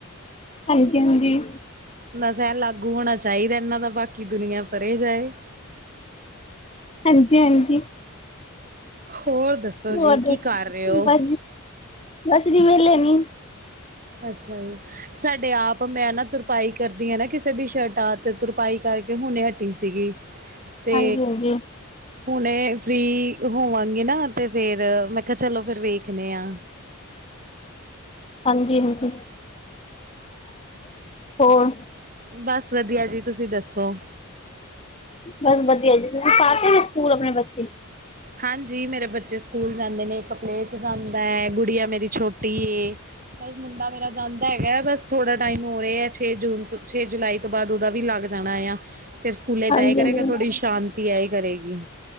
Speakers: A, on the left; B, on the right.
A: ਹਾਂਜੀ ਹਾਂਜੀ
B: ਬਸ ਏਹ ਲਾਗੂ ਹੋਣਾ ਚਾਹੀਦਾ ਇਹਨਾਂ ਦਾ ਬਾਕੀ ਦੁਨੀਆਂ ਪਰੇ ਜਾਏ
A: ਹਾਂਜੀ ਹਾਂਜੀ
B: ਹੋਰ ਦੱਸੋ ਜੀ
A: ਹੋ ਦਸ
B: ਕੀ ਕਰ ਰਹੇ ਹੋ
A: ਬਸ ਜੀ ਬਸ ਜੀ ਵਿਹਲੇ ਨੀ
B: ਅੱਛਾ ਜੀ ਸਾਡੇ ਆਪ ਮੈਂ ਨਾ ਤੁਰਪਾਈ ਕਰਦੀ ਨਾ ਕਿਸੇ ਦੀ ਸ਼ਰਟਾਤ ਤੁਰਪਾਈ ਕਰਕੇ ਹੁਣੇ ਹਟੀ ਸੀਗੀ ਤੇ
A: ਹਾਂਜੀ ਹਾਂਜੀ
B: ਹੁਣੇ ਫਰੀ ਹੋਵਾਂਗੇ ਨਾ, ਤੇ ਫੇਰ, ਮੈਂ ਕਿਹਾ ਚਲੋ ਫਿਰ ਵੇਖਦੇ ਆਂ
A: ਹਾਂਜੀ -ਹਾਂਜੀ, ਹੋਰ
B: ਬਸ ਵਧੀਆ ਜੀ ਤੁਸੀਂ ਦੱਸੋ
A: ਬਸ ਵਧੀਆ ਜੀ ਤੁਸੀਂ ਪਾਤੇ ਸਕੂਲ ਆਪਣੇ ਬੱਚੇ
B: ਹਾਂਜੀ ਮੇਰੇ ਬੱਚੇ ਸਕੂਲ ਜਾਂਦੇ ਨੇ ਇਕ ਪਲੇਵੇ ਜਾਂਦਾ ਹੈ ਗੁੜੀਆਂ ਮੇਰੀ ਛੋਟੀ ਏ, ਬਸ ਮੁੰਡਾ ਮੇਰਾ ਜਾਂਦਾ ਹੈਗਾ ਬਸ ਥੋੜਾ ਟਾਈਮ ਹੋ ਰਿਹਾ ਹੈ ਛੇ ਜੂਨ ਤੋਂ ਛੇ ਜੁਲਾਈ, ਤੋਂ ਬਾਅਦ ਉਹਦਾ ਵੀ ਲੱਗ ਜਾਣਾ ਆ ਫਿਰ ਸਕੂਲੇ ਜਾਏ
A: ਹਾਂਜੀ
B: ਕਰੇਗਾ
A: ਹਾਂਜੀ
B: ਥੋੜ੍ਹੀ ਸ਼ਾਂਤੀ ਆਈ ਕਰੇਗੀ,